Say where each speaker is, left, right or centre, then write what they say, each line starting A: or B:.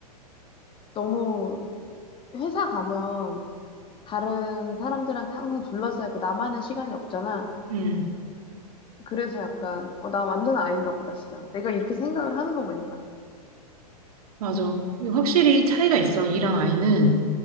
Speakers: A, on the left; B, on the right.
A: 너무, 회사 가면, 다른 사람들한테 항상 둘러싸이고, 나만의 시간이 없잖아.
B: 음.
A: 그래서 약간, 어, 나 완전 아이인가 보다, 진짜. 내가 이렇게 생각을 하는 거 보니까.
B: 맞아. 이거 확실히 차이가 있어, 이랑 아이는.